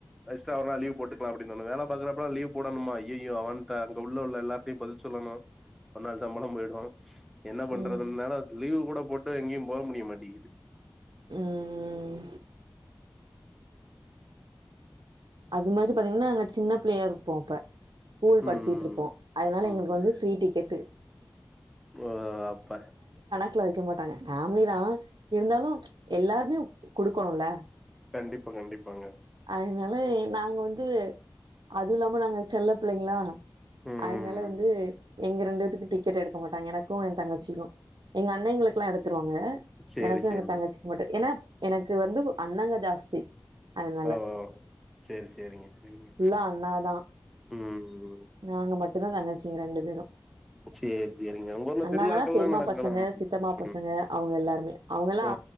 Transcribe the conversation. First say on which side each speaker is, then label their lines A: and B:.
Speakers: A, in the centre; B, on the right.
A: எக்ஸ்ட்ரா ஒரு நாள் லீவ் போட்டு க்லா அப்டி தோணு வேல பாக்கறப்போ லீவ் போடணுமா ஐயையோ அவன்ட்ட அங்க உள்ள உள்ள எல்லார்ட்டயு பதில் சொல்லணு ஒரு நாள் சம்பள போயிடு என்ன பண்றதுன்தான
B: ம்
A: லீவு கூட போட்டு எங்கேயு போ முடிய மாட்டேங்கிது
B: ம் அது மாரி பாத்தீங்னா நாங்க சின்ன பிள்ளையா இருப்போ அப்ப ஸ்கூல் படிச்சுட்டு
A: ம்
B: இருப்போ அதனால எங்களுக்கு
A: ம்
B: வந்து ஃப்ரீ டிக்கெட்டு
A: ஓ அப்ப
B: வீட்ல வக்க மாட்டாங்க ஃபேமிலி தா இருந்தாலு எல்லாருமே குடுக்கணுல
A: கண்டிப்பா கண்டிப்பாங்க
B: அதனால நாங்க வந்து அது இல்லாம நாங்க செல்ல பிள்ளைங்ளா
A: ம்
B: அதனால வந்து எங்க ரெண்டுத்துக்கு டிக்கெட் எடுக்க மாட்டாங்க எனக்கு எ தங்கச்சிக்கு எங்க அண்ணேங்களு க்லா எடுத்துருவாங்க
A: சேரி
B: எனக்கு
A: சேரி
B: எங்க தங்கச்சிக் மட்டு ஏன்னா ப் எனக்கு வந்து அண்ணங்க ஜாஸ்தி அதனால
A: ஓ செரி செரிங்க செரிங்க
B: ஃபுல்லா அண்ணாதா
A: ம்
B: நாங்க மட்டுந்தா தங்கச்சிங்க ரெண்டு பேரு
A: சேரி சேரிங்க உங்க ஊர்ல
B: அண்ணாங்கெலா
A: திருவிழாக்கள்லா
B: பெரிம்மா
A: நடக்குங்களா
B: பசங்க
A: ம்
B: சித்தப்பா பசங்க அவுங்க எல்லாருமே அவுங்கெல்லா
A: ஓ